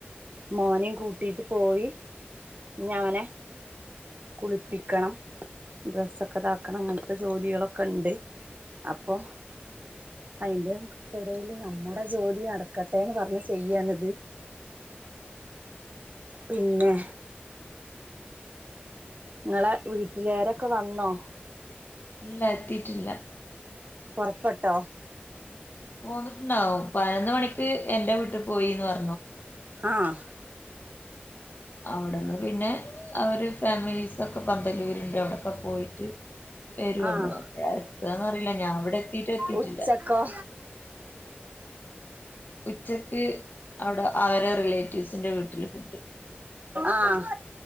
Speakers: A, on the right; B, on the left.
A: മോനേം കൂട്ടിട്ട് പോയി ഇനി അവനെ കുളിപ്പിക്കണം ഡ്രെസ്സൊക്കെതാക്കണം അങ്ങനത്തെ ജോലികളൊക്കെണ്ട് അപ്പൊ അതിന്റെ ഇടേല് നമ്മുടെ ജോലി നടക്കട്ടെന്ന് പറഞ്ഞ് ചെയ്യാണ് പിന്നെ ങ്ങളെ വീട്ടിലാരൊക്കെ വന്നോ
B: ഇല്ല എത്തിട്ടില്ല
A: പൊറപ്പെട്ടോ
B: പോന്നിട്ടുണ്ടാവും പതിനൊന്ന് മണിക്ക് എന്റെ വീട്ടി പോയിന്ന് പറഞ്ഞു
A: ആഹ
B: അവിടെന്ന് പിന്നെ അവര് ഫാമിലീ സൊക്കെ പന്തലൂരുണ്ട് അവിടെക്കെ പോയിട്ട് വരുള്ളൂ
A: ആഹ്
B: അപ്പഴ എത്താന്നറില്ല ഞാൻ അവിടെ എത്തിട്ട എത്തിട്ടില്ല
A: ഉച്ചക്കോ
B: ഉച്ചക്ക് അവിടെ അവരെ റിലേറ്റീവ്സിന്റെ വീട്ടില് ഫുഡ്
A: ആഹ